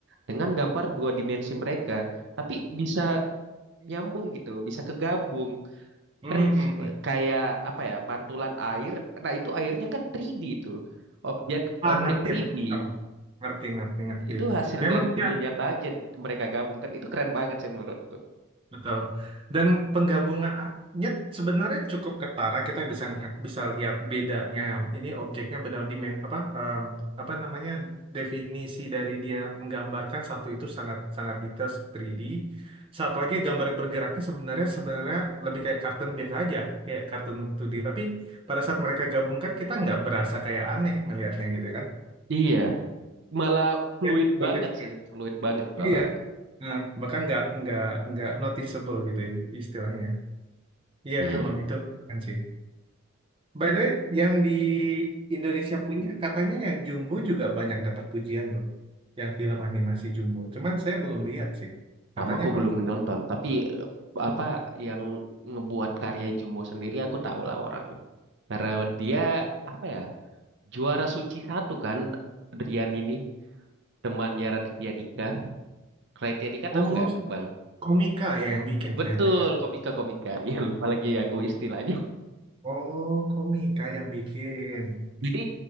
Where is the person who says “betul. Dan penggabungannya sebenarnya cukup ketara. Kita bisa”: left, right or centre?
Right